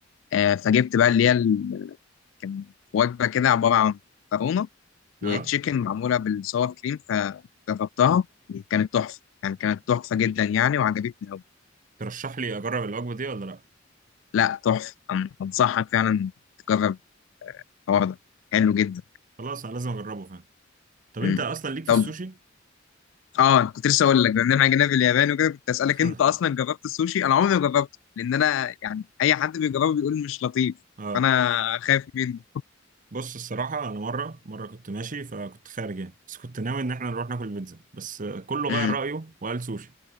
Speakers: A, on the left (about 70°); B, on the right (about 40°).
A: آه، فجبت بقى اللي هي ال- كان وجبة كده عبارة عن مكرونة وتشيكن
B: اه
A: معموله بالصور كريم فجربتها كانت تحفه يعني كانت تحفه جدا يعني وعجبتني قوي
B: ترشح لي اجرب الوجبه دي ولا لا
A: لا تحفه أن- انصحك فعلا تجرب الحوار ده حلو جدا
B: خلاص انا لازم اجربه فاهم طب
A: مم.
B: انت اصلا ليك في
A: طب
B: السوشي
A: اه كنت لسه اقول لك بما اننا جينا في اليابان وكده كنت اسالك
B: <laughs>
A: انت اصلا جربت السوشي انا عمري ما جربته لان انا يعني اي حد بيجربه بيقول مش لطيف
B: اه
A: فانا خايف منه
B: بص الصراحه انا مره مره كنت ماشي فكنت خارج يعني بس كنت ناوي ان احنا نروح ناكل بيتزا بس آه، كله
A: امم
B: غير رايه وقال سوشي